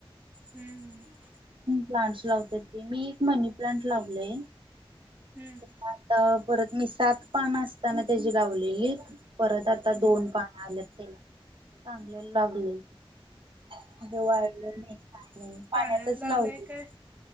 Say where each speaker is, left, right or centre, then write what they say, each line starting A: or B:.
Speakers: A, on the right; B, on the right.
A: हं हं.
B: प्लांट्स लावत ते. मी एक मनी प्लांट लावलय.
A: हम्म
B: तेव्हा
A: हम्म
B: आता परत मी सात पानं असताना त्याची लावलेलीत. परत आता
A: हम्म
B: दोन पान आल्यात त्याला, चांगलं लागलय. म्हणजे वाळलं नाही काही नाही. पाण्यातच
A: पाण्यात
B: लावलय.
A: लावलाय काय